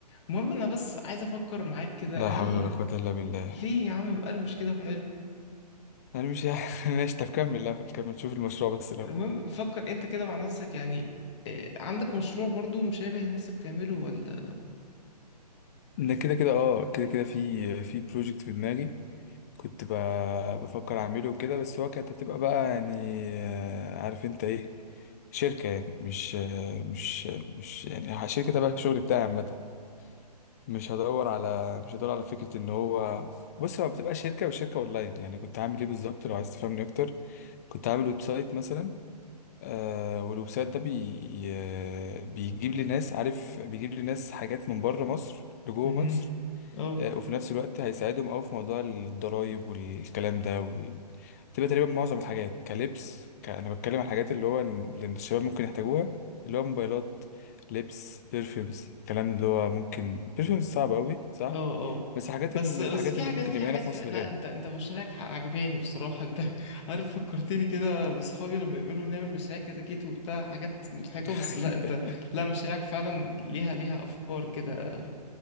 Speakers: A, on the left; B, on the left.
A: المهم انا بس عايز افكر معاك كده
B: لا
A: هل
B: حول ولا قوة إلا بالله
A: ليه يا عم مقرمش كده وحلو
B: أنا مش <laughs> ماشي طب كمل الأول كمل شوف المشروع بس الأول
A: المهم فكر انت كده مع نفسك يعني إيه، عندك مشروع برضو مشابه نفسك تعمله ولا
B: إن كده كده أه كده كده في في بروجكت في دماغي كنت ب... بفكر أعمله وكده بس هو كانت هتبقى بقى يعني آه، عارف أنت إيه شركة يعني مش آه، مش آه، مش يعني شركة تبع الشغل بتاعي عامة مش هدور على مش هدور على فكره ان هو بص هو بتبقى شركه وشركه اونلاين يعني كنت هعمل ايه بالظبط لو عايز تفهمني اكتر كنت عامل ويب سايت مثلا آه والويب سايت ده بي... آه، بيجيب لي ناس عارف بيجيب لي ناس حاجات من بره مصر لجوه
A: امم
B: مصر
A: اه
B: آه، وفي نفس الوقت هيساعدهم أوي في موضوع الضرايب والكلام ده وال... هتبقى تقريبا معظم الحاجات كلبس ك... أنا بتكلم عن الحاجات اللي هو ال- اللي الشباب ممكن يحتاجوها اللي هو موبايلات لبس بيرفيومز الكلام اللي هو ممكن بيرفيومز صعب أوي صح
A: اه اه
B: بس حاجات
A: بس
B: ال...
A: بس
B: الحاجات
A: في
B: اللي
A: حاجات
B: ممكن
A: في
B: يبقى
A: حاجات
B: هنا في
A: ف...
B: مصر
A: لا
B: غالي
A: انت انت مشاريعك عجباني بصراحة انت <laughs> عارف فكرتني كده بصحابي لما يقولوا نعمل مشاريع كتاكيت وبتاع حاجات مضحكة
B: <laughs>
A: بس لا انت لا مشاريعك فعلا ليها ليها افكار كده